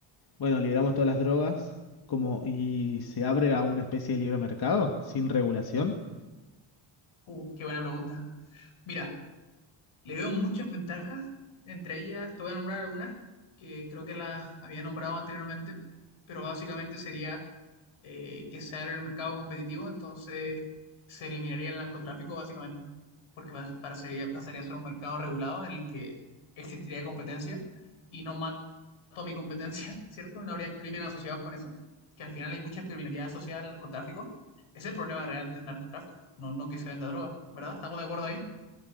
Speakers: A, on the left (about 45°); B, on the left (about 75°).
A: Bueno, liberamos todas las drogas como y se abre a una especie de libre mercado sin regulación.
B: Uh, qué buena pregunta. Mira, Le veo muchas ventajas, entre ellas te voy a nombrar algunas que creo que las había nombrado anteriormente, pero básicamente sería eh, que se abre el mercado competitivo, entonces se eliminaría el narcotráfico básicamente, porque pas- para sería- pasaría a ser un mercado regulado en el que existiría competencia y no mato a mi competencia, <laughs> ¿cierto? Y no habrían crímenes asociados con eso, que al final hay mucha criminalidad asociada al narcotráfico. Es el problema real del narcotráfico, no, no que se venda droga, ¿verdad? ¿Estamos de acuerdo ahí?